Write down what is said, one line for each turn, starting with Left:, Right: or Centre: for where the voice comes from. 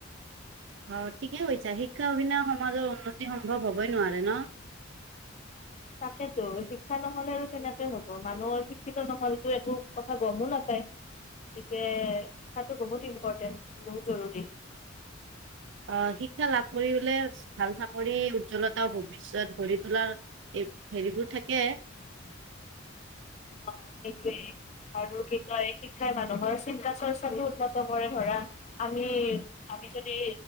Right: অ ঠিকে কৈছা শিক্ষা অবিহনে সমাজৰ উন্নতি সম্ভৱ হবই নোৱাৰে ন।
Left: তাকেতো শিক্ষা ন। হ'লে আৰু তেনেকে হ'ব মানুহৰ। শিক্ষিত নহলেতো একো কথা গমো নাপায়। গতিকে শিক্ষটো বহুত ইম্পৰ্টেণ্ট বহুত জৰুৰী।
Right: অ শিক্ষা লাভ কৰিবলে ভাল চাকৰি উজ্জ্বলতা ভৱিষ্যত গঢ়ি তোলাৰ হেৰিবোৰ থাকে।
Left: উ <unintelligible> অ সেইটোৱেই আৰু কি কয় শিক্ষাই মানুহৰ চিন্তা চৰ্চাটো উন্নত কৰে ধৰা। আমি আমি যদি